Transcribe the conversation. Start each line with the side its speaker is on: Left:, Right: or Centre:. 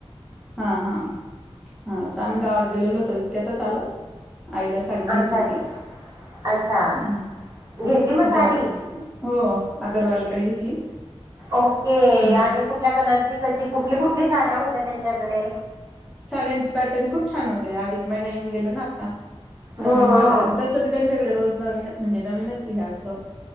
Centre: हा- हा -हा आम्ही गावात गेलेलो होतो इतक्याच तर चालो आईला साडी घ्यायची
Right: अच्छा
Centre: होती
Right: अच्छा अच्छा
Centre: हम्म
Right: <inaudible> मग
Centre: त्या
Right: साडी
Centre: हो अगरवालीकडे घेतली
Right: ओके
Centre: हम्म
Right: आणि कुठल्या कलरची कशी कुठली -कुठली साड्या होत्या त्यांच्याकडे
Centre: साड्यांनचे पॅटर्न खूप छान होते अधिक महिना येऊन गेला ना आता नवीन
Right: हो हो
Centre: माला
Right: हो
Centre: आणि तस त्यांच्याकडे रोज नवीन म्हणजे नवीनच हे असतं